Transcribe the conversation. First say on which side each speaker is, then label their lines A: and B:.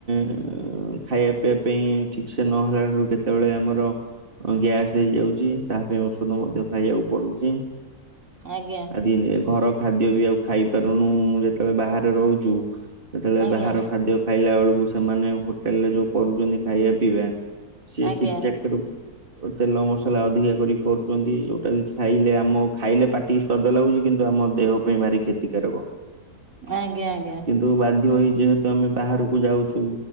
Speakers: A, on the right; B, on the right.
A: ଖାଇବା ପିଇବା ପିଆ ପାଇଁ ଠିକେ ସେ ନହେଲା ରୁ କେତେବେଳେ ଆମର ହଁ ଗ୍ୟାସ୍ ହେଇଯାଉଛି ତା ପାଇଁ ଔଷଧ ମଧ୍ୟ ଖାଇବାକୁ ପଡୁଛି।
B: ଆଜ୍ଞା।
A: ଆଜି ନେ ଘର ଖାଦ୍ୟ ବି ଆଉ ଖାଇପାରୁନୁ ଉ ଯେତେବେଳେ ବାହାରେ ରହୁଛୁ। ସେତେବେଳେ
B: ଆଜ୍ଞା।
A: ବାହାର ଖାଦ୍ୟ ଖାଇଲା ବେଳକୁ ସେମାନେ ହୋଟେଲ ରେ ଯୋଉ କରୁଛନ୍ତି ଖାଇବା ପିଇବା। ସେ
B: ଆଜ୍ଞା
A: ଠିକିଠାକ କେଡୁ ଓ ତେଲ ମସଲା ଅଧିକା କରି କରୁଛନ୍ତି ଯୋଉଟା କି ଖାଇଲେ ଆମ ଖାଇଲେ ପାଟିକି ସ୍ଵାଦ ଲାଗୁଛି କିନ୍ତୁ ଆମ ଦେହ ପାଇଁ ଭାରି କ୍ଷତିକାରକ।
B: ଆଜ୍ଞା ଆଜ୍ଞା
A: କିନ୍ତୁ ତେଣୁ ବାଧ୍ୟ ହୋଇ ଯେହେତୁ ଆମେ ବାହାରକୁ ଯାଉଚୁ।